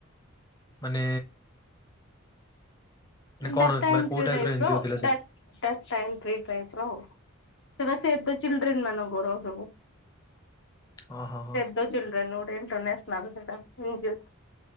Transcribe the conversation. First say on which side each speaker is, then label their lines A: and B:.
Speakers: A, on the left; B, on the left.
A: ମାନେ ମାନେ କଣ
B: ଡାଟା
A: ମାନେ
B: ଏଣ୍ଟ୍ରି
A: କୋଉ
B: ଟାଇପ
A: ଏନଜିଓ
B: ର
A: ଥିଲା ସେଠି?
B: ଡା ଟା ଏଣ୍ଟ୍ରି ଟାଇପ ର ଆଉ। ସେଟା ସେ ଦେ ଚିଲଡ୍ରେନ୍ ମାନଙ୍କର ସବୁ।
A: ଅଁ ହଁ ହଁ।
B: ଚିଲ୍ଲଡ୍ରେନ ଗୋଟେ ନଣ୍ଟରନେସନଲ ସେଇଟା ମ୍ୟୁଜିୟେଲ।